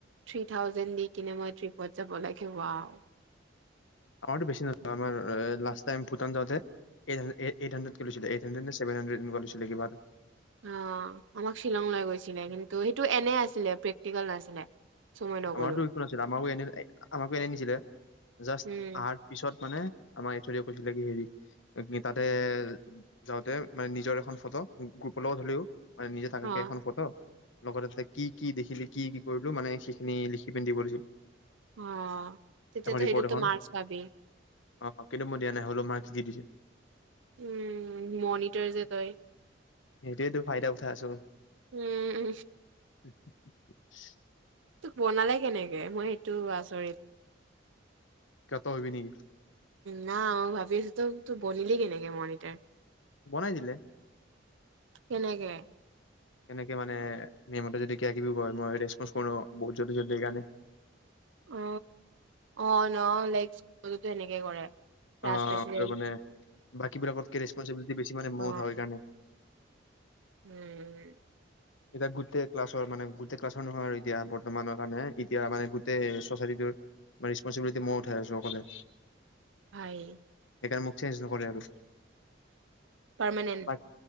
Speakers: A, on the right; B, on the left.
A: থ্ৰী থাউজেড দি কিনে মই ত্ৰিপত যাব লাগিব আৰু।
B: আমাৰতো বেছি নহ আমাৰ লাষ্ট টাইম ভূটান যাওঁতে এই এইট হান্দ্ৰেড কে লৈছিলে, এইট হান্দ্ৰেড ছেভেন হাড্ৰেড এনেকুৱা লৈছিলে কিবা
A: অ আমাক শ্বিলং লৈ গৈছিলে, কিন্তু সেইটো এনে আছিলে প্ৰেক্টিকেল নাছিলে। চ' মই নগ'লো
B: আমাৰতো একো নাছিলে, আমাৰো এনে আমাকো এনে নিছিলে জাষ্ট
A: উম
B: অহাৰ পিছত মানে আমাৰ এইচ অ ডি য়ে কৈছিলে কি হেৰি তাতে যাওঁতে মানে নিজৰ এখন ফটো গ্ৰুপৰ লগত হলেও মান নিজে থাকাক
A: অ'
B: এখন ফত <unintelligible> লগতে ততে কি কি দেখিলি কি কি কৰিলো মানে খিনি লিখি পিন্ধিব দিছিল
A: অ তেতিয়া
B: এখন
A: তু
B: ৰিপৰ্ট
A: হেইটোত
B: এখন
A: তো মাৰ্ক্স পাবি
B: অ কিন্ত মই দিয়া নাই হ'লো মাৰ্স দিছোঁ
A: উম মনিটাৰ যে তই
B: সেইটোটো ফাইদা উঠাইছো
A: উম উ
B: উ <unintelligible>
A: তোক বনালে কেনেকে মই সেইটো আচৰিত
B: কিয় তই হবি নেকি
A: ন মই ভাবি আছো তো তোৰ বনিলি কেনেকে মনিটাৰ
B: বনাই দিলে
A: কেনেকে
B: কেনেকে মানে মেমতে যদি কিব কিবি হয়য় মই ৰেচপন্ কৰোুত জল্দি জলদি কাৰণে
A: অ অ ন লাইক স্কুলতো এনেকে কৰে। ক্লাছ
B: আহ
A: প্ৰেচিডেণ্ট
B: মে বাকীবিলাকতকে ৰেচপনিবিলিটি বেছি মানে মঠ
A: অ
B: স কাৰণে
A: উম
B: এতিয়া গোটেই ক্লাছৰ মানে গোটেই ক্লাছৰ নহয় আৰু এতিয়া বৰ্তমানৰ কাৰণে এতিয়া মানে গোটেই চচাইটিটোৰ ৰেচপনচিবিলিটি মই উঠাই আছো অক'লে
A: হয়
B: সেইকাৰণে মোক চেঞ্জ নকৰে। আৰু
A: পাৰমানেণ্ট
B: বাক